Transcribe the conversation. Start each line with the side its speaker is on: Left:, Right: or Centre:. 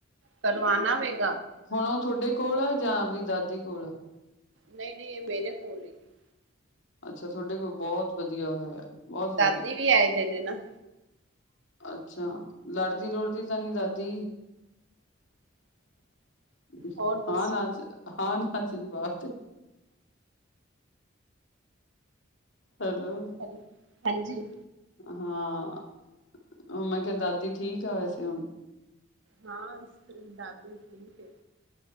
Right: ਕਰਵਾਣਾ ਵੇ
Left: ਹੁਣ ਉਹ ਤੁਹਾਡੇ ਕੋਲ ਆ ਜਾਂ ਆਪਦੀ ਦਾਦੀ ਕੋਲ
Right: ਨਹੀਂ- ਨਹੀਂ ਇਹ ਮੇਰੇ ਕੋਲ ਹੈਗੀ
Left: ਅੱਛਾ ਤੁਹਾਡੇ ਕੋਲ ਬਹੁਤ ਵਧੀਆ ਹੋਇਆ ਬਹੁਤ ਵਧੀਆ
Right: ਦਾਦੀ ਵੀ ਆਏ ਦਿ ਨੇ ਨਾ
Left: ਅੱਛਾ ਲੜਦੀ ਲੁੜਦੀ ਤਾਂ ਨਹੀਂੀ ਦਾਦੀ <inaudible>
Right: ਹੋਰ ਦੱਸੋ
Left: ਅੱਛਾ ਜੀ ਬਾਪ ਤੇ ਹੈਲੋ
Right: ਹੈਲੋ ਹਾਂਜੀ
Left: ਹਾਂ ਉਹ ਮੈਂ ਕਿਹਾ ਦਾਦੀ ਠੀਕ ਆ ਵੈਸੇ ਹੁਣ
Right: ਹਾਂ ਦਾਦੇੇ ਦਾਦੀ ੜੀਕ ਹੈ